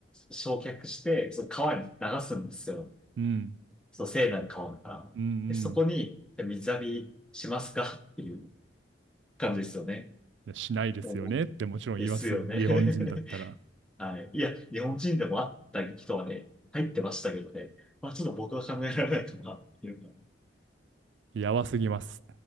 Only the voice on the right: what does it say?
うん。
うんうん
しないですよねってもちろん言いますよ。
日本人だったら。
やばすぎます。